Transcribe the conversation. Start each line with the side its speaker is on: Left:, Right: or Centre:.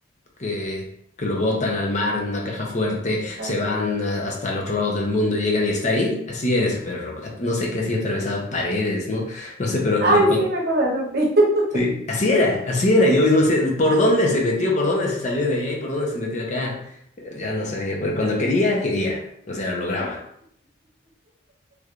Left: que, que lo botan al mar en una caja fuerte,
Right: <laughs> Ándale.
Left: se van a- hasta el otro lado del mundo, llegan y está ahí. Así era ese perro. No sé qué hacía, atravesaba paredes, ¿no? No sé, pero
Right: Ay,
Left: lo...
Right: sí, me acuerdo de Rupi. <laughs>
Left: Sí, así era, así era. Yo no sé por dónde se metió, por dónde se salió de allá y por dónde se metió acá. Eh, Ya no sabía, pero cuando quería, quería. O sea, lo lograba.